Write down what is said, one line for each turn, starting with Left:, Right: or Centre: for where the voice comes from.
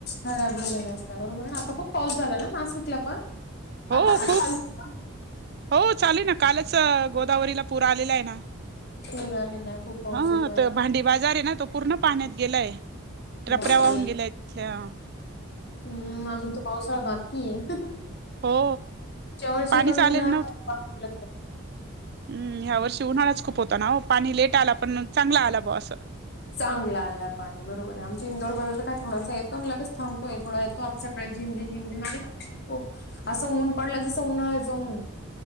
Left: खराब झालेल्या असता बरोबरेना आता खूप पाऊस झाला ना नाशिकला पण
Right: हो
Left: आता पण
Right: खूप
Left: चालू का
Right: हो चालू एना कालच गोदावरीला पूर आलेला एना
Left: पूर आलेला आहे खूप पाऊस
Right: हा
Left: येतोय
Right: त
Left: ना
Right: भांडी बाजार एना तो पूर्ण पाण्यात गेलाय. टपऱ्या
Left: बापरे
Right: वाहून गेल्या त्या हम.
Left: हम्म अजून तर पावसाळा बाकीए ह ह
Right: हो
Left: पुढच्या वर्षी
Right: पाणीच
Left: पण उन्हाळा
Right: आलेलं
Left: <unintelligible>
Right: हम् ह्या वर्षी उन्हाळाच खूप होता ना ओ पाणी लेट आला पण मग चांगला आला बोआ असं.
Left: चांगला आला पानि बरोबरे आमच्या इंदोर मध्ये त काय थोडासा येतो अन‌ लगेच थांबतोय थोडा. तो आप सकाळी झिम झिम झिम झिम आला होता तो असा ‌ ऊन पडला ‌ जसा उन्हाळ्याचा ऊन ‌ए